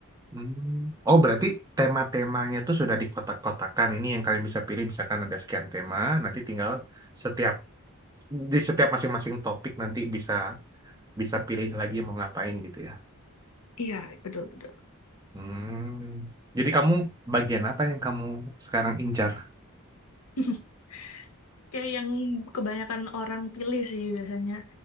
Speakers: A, on the right; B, on the left.
A: hmm. Oh berarti tema-temanya itu sudah dikotak-kotakan. Ini yang kalian bisa pilih. Misalkan ada sekian tema, nanti tinggal setiap di setiap masing-masing topik nanti bisa bisa pilih lagi mau ngapain gitu ya.
B: Iya, betul betul.
A: Hmm. Jadi kamu bagian apa yang kamu sekarang incar?
B: <laughs> Kayak yang kebanyakan orang pilih sih biasanya